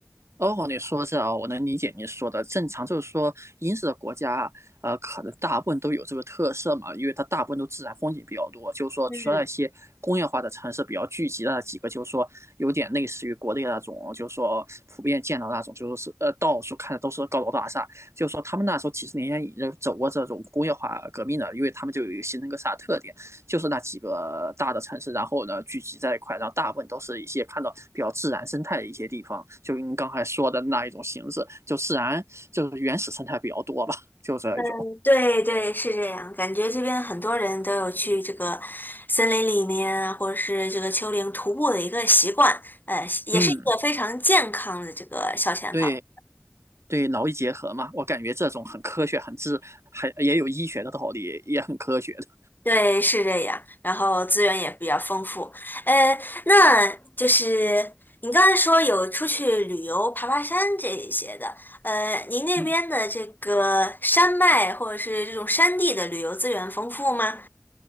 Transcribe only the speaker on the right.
哦，你说这啊，我能理解你说的。正常就是说，英式的国家啊，呃，可能大部分都有这个特色嘛，因为它大部分都自然风景比较多。就是说，
除了一些工业化的城市比较聚集的那几个，就是说有点类似于国内那种，就是说普遍见到那种，就是呃，到处看的都是高楼大厦。就是说，他们那时候几十年前已经走过这种工业化革命了，因为他们就有形成一个啥特点。就是那几个大的城市，然后呢聚集在一块，然后大部分都是一些看到比较自然生态的一些地方，就您刚才说的那一种形式，就自然就是原始生态比较多吧，就这一种。
嗯，对对，劳逸结合嘛，我感觉这种很科学，很自，还也有医学的道理，也很科学的。
嗯。